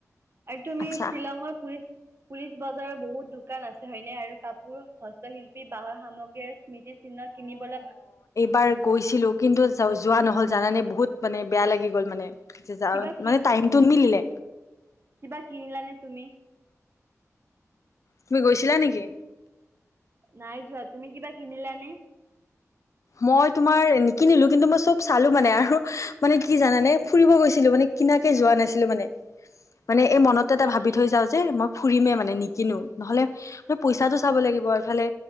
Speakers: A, on the right; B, on the left.
A: আৰু তুমি
B: আচ্ছা
A: শ্বিলঙৰ পুলিচ পুলিচ বজাৰৰ বহুত দোকান আছে হয়নে আৰু কাপোৰ হস্তশিল্পী বাঁহৰ সামগ্ৰী আৰু মিতি চি্ কিনিবলে
B: এবাৰ গৈছিলো কিন্তু যোৱা নহল জানানে বহুত মানে বেয়া লাগি গ'ল মানে। যা
A: কিবা কি
B: মানে টাইমটো নিমিলিলে
A: কিবা কিনিলানে তুমি
B: তুমি গৈছিলা নেকি
A: নাই যোৱা তুমি কিবা কিনিলানে
B: মই তোমাৰ নিকিনিলো কিন্তু মই চব চালো মানে আৰু মানে কি জানানে ফুৰিব গৈছিলো মানে কিনাকে যোৱা নাছিলো মানে মানে
A: হয়
B: এই
A: হয়
B: মনত এটা ভাবি থৈ যাও যে মই ফুৰিমে মানে নিকিনো নহলে ম পইচাটো চাব লাগিব এইফালে